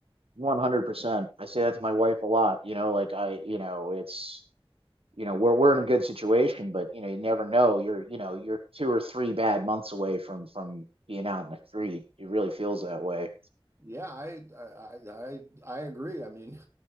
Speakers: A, on the right; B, on the right.
A: 100% i say that to my wife a lot you know like i you know it's you know we're we're in a good situation, but you know you never know. You're you know you're two or three bad months away from from being out in the street. It really feels that way.
B: Yeah, I I I I agree. I mean